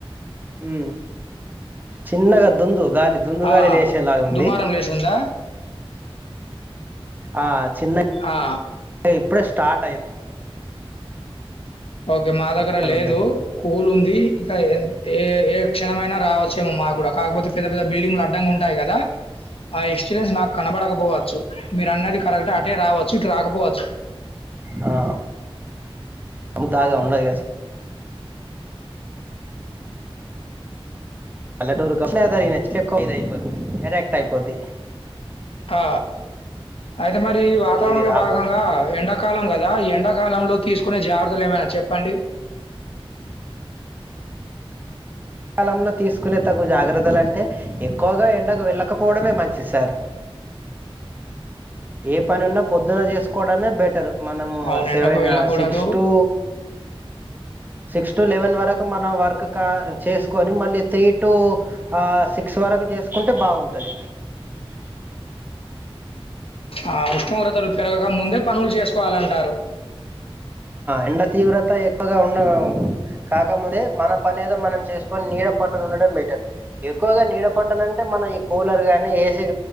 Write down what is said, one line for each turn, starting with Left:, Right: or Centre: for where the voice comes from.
Right: ఉ చిన్నగాద్ొందు గాలి దుందు
Left: ఆ
Right: గాలి లే వేసేలాగా ఉంది
Left: దుమారం లేసుందా
Right: ఆ చిన్న
Left: ఆ
Right: ఇప్పుడే స్టార్ట్ అయింది
Left: ఓకే మా దగ్గర
Right: చాలా
Left: లేదు
Right: ఉన్నాయి
Left: కూల్ ఉంది ఇంక ఏ ఏ క్షణమైనా రావచ్చేమోమా కూడా కాకపోతే పెద్ద పెద్ద బిల్డింగ్లు అడ్డంగా ఉంటాయి కదా ఆ ఎక్స్పీరియన్స్ నాకు కనబడకపోవచ్చు మీరు అన్నది కరెక్ట్ అటే రావచ్చు ఇటు రాకపోవచ్చు
Right: ఆ అ దాగా ఉన్నది పల్ల డూరుకి దరిగినచ్చ ఎక్కు ఇది అయిపోతుది అటక్ట్ అయిపోద్ది
Left: ఆ అయితే మరి వాతావరణ
Right: సార్ ఇది
Left: లో
Right: రావా
Left: భాగంగా ఎండాక ఎ కాలం కదా ఎండాకాలంలో తీసుకునే జాగ్రత్తలు ఏమైనా చెప్పండి
Right: కాలంలో తీసుకునే తగు జాగ్రత్తలు అంటే ఎక్కువగా ఎండకు వెళ్ళకపోవడమే మంచి సార్ ఏ పని ఉన్నా పొద్దున చేసుకోవడమే బెటరు మనము
Left: అవును.
Right: సెవెన్
Left: ఎండకు వెళ్ళకూడదు.
Right: సిక్స్ టు సిక్స్ టు లెవెన్ వరకు మనం వర్క్ చేసుకొని మళ్ళీ త్రీ టు సిక్స్ వరకు చేసుకు కుంటే బాగుంటుంది
Left: ఆ ఉష్ణోగ్రతలు పెరగగా ముందే పనులు చేసుకోవాలంటారు
Right: ఎండ తీవ్రత ఎక్కువగా ఉన్న కాకముందే మన పనిదో మనం చేసుకొని నీడ పట్ట ఉండడం బెటర్ ఎక్కువగా నీడ పట్టనంటే మనం ఈ కూలర్గానీ ఏసీ